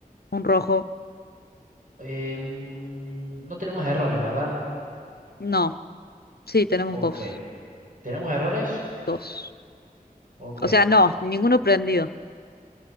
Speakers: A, on the left; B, on the right.
A: Un rojo.
B: Em, no tenemos errores, ¿verdad?
A: No, sí, tenemos
B: Ok.
A: dos.
B: ¿Tenemos errores?
A: Dos.
B: Ok.
A: O sea, no, ninguno prendido.